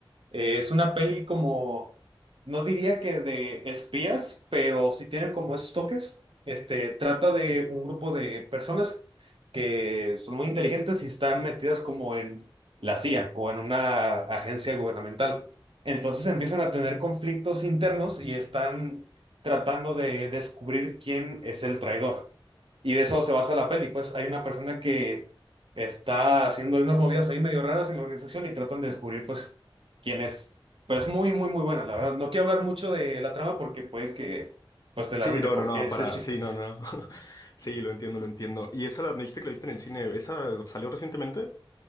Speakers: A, on the right; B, on the left.
A: Eh, es una peli como, no diría que de espías, pero sí tiene como esos toques. Este, trata de un grupo de personas que son muy inteligentes y están metidas como en la CIA o en una agencia gubernamental. Entonces empiezan a tener conflictos internos y están tratando de descubrir quién es el traidor. Y de eso se basa la peli. Pues hay una persona que está haciendo unas movidas ahí medio raras en la organización y tratan de descubrir, pues, quién es. Pero es muy, muy, muy buena, la verdad. No quiero hablar mucho de la trama porque puede que, pues, te la
B: Sí,
A: arruine,
B: no,
A: porque
B: no, no,
A: es
B: para,
A: el chiste.
B: sí, no, no. no. <laughs> Sí, lo entiendo, lo entiendo. ¿Y esa la, me dijiste que la viste en el cine? ¿Esa salió recientemente?